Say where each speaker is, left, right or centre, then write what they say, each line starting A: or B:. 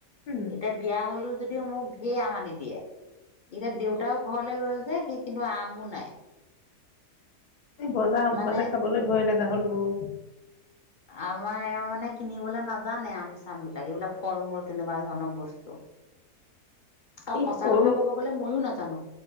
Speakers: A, on the left; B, on the left.
A: উম
B: এতিয়া বিয়া হলো যদিও মোক ধে আম আনি দিয়ে। এতিয়া দেউতাও ঘৰলে গৈ সেই কিন্তু আমো নাই।
A: গজা স
B: মানে
A: গজা খাবলৈ ভয় লগা হ'ল মোৰো
B: আমাৰ এওঁ মানে কিনিবলৈ নাজানে আম চাম বিলাক এইবিলাক ফল মূল তেনেকুৱা। ধৰণৰ বস্তু আৰু
A: এই
B: সঁচা
A: সৰু
B: কথা কব গলে ময়ো নাজানো।